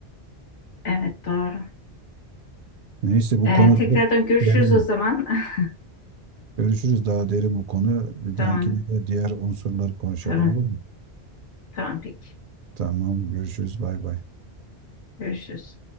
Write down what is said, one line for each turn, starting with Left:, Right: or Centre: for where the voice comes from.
Left: evet doğru.
Right: Neyse bu
Left: Ee,
Right: konu
Left: tekrardan
Right: çok
Left: görüşürüz
Right: derin.
Left: o zaman. <laughs>
Right: Görüşürüz daha derin bu konu. Bir
Left: Tamam,
Right: dahakine de diğer unsurları konuşalım
Left: tamam,
Right: olur mu?
Left: tamam peki.
Right: Tamam görüşürüz bay bay.
Left: Görüşürüz.